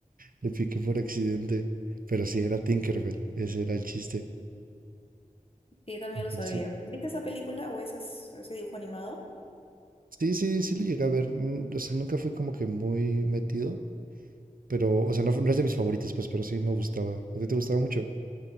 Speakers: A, on the right; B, on the left.
A: le piqué por accidente. Pero sí, era Tinkerbell. Ese era el chiste.
B: Sí, también
A: Entonces,
B: lo sabía. ¿Viste esa película o esas- ese dibujo animado?
A: sí, sí, sí lo llegué a ver. Mm, O sea, nunca fui como que muy metido. Pero, o sea, no, fu- no es de mis favoritas, pues, pero sí me gustaba. ¿A ti te gustaba mucho?